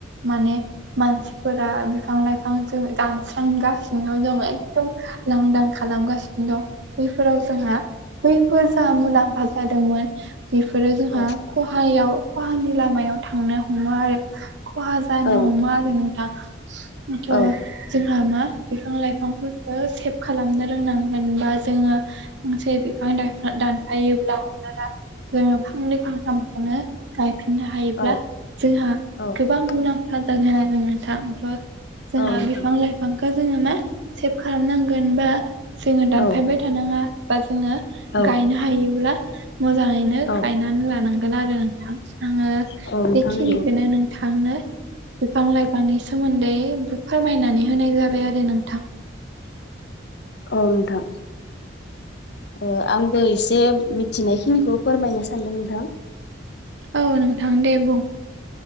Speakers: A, on the right; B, on the left.
A: माने मानसिफोरा बिफां लाइफां जों दानस्रांगासिनो जोङो एदम लांदां खालामगासिनो दं बैफोराव जोंहा बैफोर जों मुलाम्फा जादोंमोन बेफोरो जोंहा
B: औ
A: खहायाव खहानि लामायाव थांनो हमो आरो खहा जानो
B: औ
A: हमो आरो नोंथां थ
B: औ
A: जोंहा मा बिफां लाइफांफोरखौ सेभ खालामनो रोंनांगोनबा जोङो फांसे बिफां दानफायोब्ला हमजाना जोङो फांनै फांथामखौनो गायफिननो हायोब्ला
B: औ
A: जोंहा
B: औ
A: गोबां मुलाम्फा जागोन आरो नोंथां जोंहा
B: नोंथां
A: बिफां लाइफांखौ जोङो मा सेभ खालामनांगोन बा जोङो दानफायबाय
B: औ
A: थ थानाङा बा जोङो
B: औ
A: गायनो हायोब्ला मोजाङैनो
B: औ
A: गाय लांगोन आरो नोंथां आो
B: नोंथां
A: बेखिनिखौनो
B: नंगौ
A: नों नोंथांनो बिफां लाइफांनि सोमोन्दै फोरमायनानै होनाय जाबाय आरो नोंथां
B: औ नोंथां ओ आंबो एसे मिथिनायखिनिखौ फोरमायनो सानदों नोंथां
A: औ नोंथां दे बुं